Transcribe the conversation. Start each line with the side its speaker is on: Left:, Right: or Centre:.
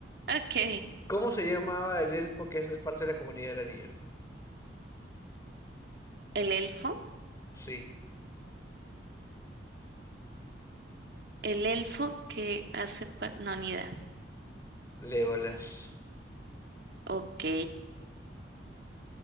Right: Ok,
Left: ¿Cómo se llamaba el elfo que es parte de la comunidad del anillo?
Right: el elfo.
Left: Sí,
Right: El elfo que hace... par- No, ni idea.
Left: Legolas.
Right: Ok,